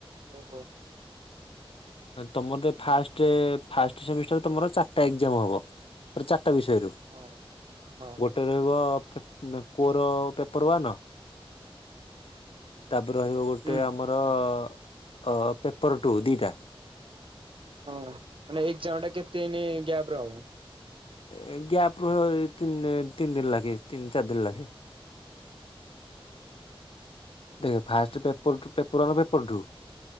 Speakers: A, on the right; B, on the left.
A: ଓହୋ।
B: ତୋମର ତ ଫାର୍ଷ୍ଟ ଫାର୍ଷ୍ଟ ସେମିଷ୍ଟାର ତୋମର ଚାଟା ଏକ୍ସାମ୍ ହବ। ତୋର ଚାଟା ବିଷୟରୁ।
A: ହଁ, ହଁ, ହଁ।
B: ଗୋଟେ ରହିବ ପେ-ଉଁ, କୋର ପେପର୍ ୱାନ୍। ତାପରେ ରହିବ ଗୋଟେ
A: ହୁଁ
B: ଆମର ଅ, ପେପର୍ ଟୁ ଦିଟା।
A: ଓ ହଁ ମାନେ ଏକ୍ଜାମ୍ ଟା କେତେ ଦିନି ଗ୍ୟାପ୍ ର ହବ?
B: ଏ ଗ୍ୟାପ୍ ରୁହିବ ଏଇ ତିନି ତିନ ଦିନ ଲାଗେ ତିନ ଚାରି ଦିନ ଲାଗେ। ଦେଖ first paper two paper one paper two.